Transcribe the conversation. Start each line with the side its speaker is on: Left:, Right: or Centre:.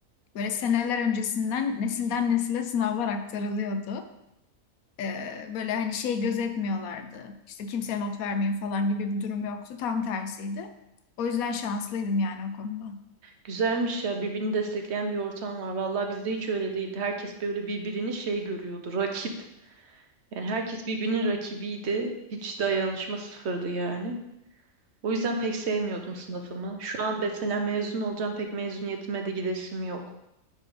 Left: Böyle seneler öncesinden nesilden nesile sınavlar aktarılıyordu. Ee, böyle hani şey gözetmiyorlardı. İşte kimseye not vermeyin falan gibi bir durum yoktu. Tam tersiydi. O yüzden şanslıydım yani o konuda.
Right: Güzelmiş ya birbirini destekleyen bir ortam var. Vallahi bizde hiç öyle değildi. Herkes böyle birbirini şey görüyordu, rakip. Yani herkes birbirinin rakibiydi. Hiç dayanışma sıfırdı yani. O yüzden pek sevmiyordum sınıfımı. Şu an mesela mezun olacağım pek mezuniyetime de gidesim yok.